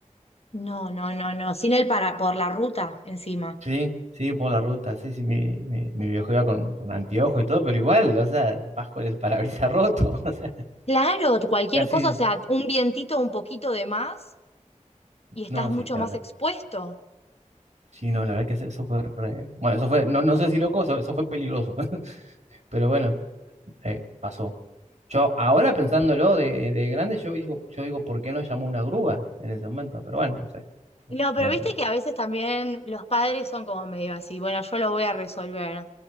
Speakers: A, on the left; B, on the right.
A: No, no, no, no, sin el para, por la ruta encima.
B: Sí, sí, por la ruta, sí, sí, mi, mi, mi viejo iba con, con anteojos y todo, pero igual, o sea, vas con el parabrisas roto, <laughs> o sea,
A: Claro, cualquier
B: casi,
A: cosa, o sea, un vientito, un poquito de más y estás
B: no,
A: mucho
B: sí, la
A: más
B: verdad.
A: expuesto.
B: Sí, no, la verdad que eso eso fue re- Bueno, eso fue, no, no sé si loco, eso, eso fue peligroso, <laughs> pero bueno. Eh, pasó. Yo ahora pensándolo de, de grande, yo digo, yo digo, ¿por qué no llamó una grúa en ese momento? Pero bueno, no sé.
A: No, pero
B: No,
A: viste
B: no.
A: que a veces también los padres son como medio así, bueno, yo lo voy a resolver.